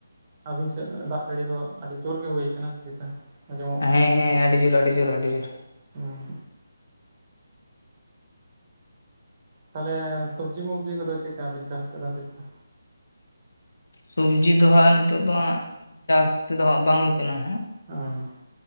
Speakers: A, on the right (about 20°); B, on the left (about 65°).
A: ᱟᱹᱵᱤᱱ ᱥᱮᱫ ᱫᱟᱜ ᱡᱟᱹᱲᱤ ᱫᱚ ᱟᱹᱰᱤ ᱡᱳᱨ ᱜᱮ ᱦᱩᱭ ᱠᱟᱱᱟ ᱥᱮ ᱪᱮᱛᱟ? ᱟᱸᱡᱚᱢᱚᱜ ᱠᱟᱱ
B: ᱦᱮᱸ ᱦᱮᱸ ᱟᱹᱰᱤ ᱡᱳᱨ ᱟᱹᱰᱤ ᱡᱳᱨ ᱟᱹᱰᱤ ᱡᱳᱨ᱾
A: ᱦᱮᱸ ᱛᱟᱦᱚᱞᱮ ᱥᱚᱵᱽᱡᱤ ᱢᱚᱵᱡᱤ ᱠᱚᱫᱚ ᱪᱮᱠᱟ ᱵᱤᱱ ᱪᱟᱥ ᱠᱟᱫᱟ ᱥᱮ ᱪᱮᱠᱟ?
B: ᱥᱚᱵᱽᱡᱤ ᱫᱚ ᱦᱟᱸᱜ ᱱᱤᱛᱚᱜ ᱫᱚ ᱦᱟᱸᱜ ᱪᱟᱥ ᱛᱮᱫᱚ ᱦᱟᱸᱜ ᱵᱟᱝ ᱦᱩᱭ ᱠᱟᱱᱟ ᱦᱟᱸᱜ
A: <inaudible>